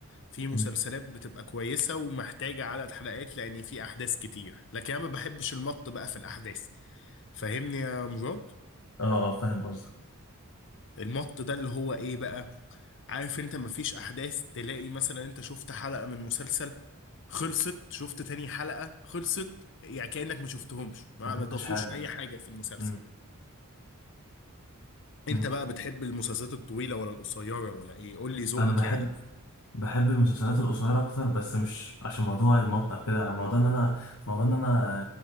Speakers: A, on the left; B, on the left.
A: في مسلسلات
B: مم.
A: بتبقى كويسة ومحتاجة عدد حلقات لان في احداث كتير لكن انا ما بحبش المط بقى في الاحداث فاهمني يا مراد
B: اه اه فاهم قصدك
A: المط ده اللي هو ايه بقى عارف انت مفيش احداث تلاقي مثلا انت شفت حلقة من مسلسل خلصت شفت تاني حلقة خلصت يعني كأنك ما شفتهمش ما
B: ما فهمتش
A: ما ضافوش
B: حاجة يعني
A: اي حاجة في المسلسل
B: مم.
A: انت
B: مم.
A: بقى بتحب المسلسلات الطويلة ولا القصيرة ولا ايه قول لي ذوقك
B: انا بحب
A: يعني
B: بحب المسلسلات القصيرة أكتر بس مش عشان موضوع المقطع كده موضوع إن أنا موضوع إن أنا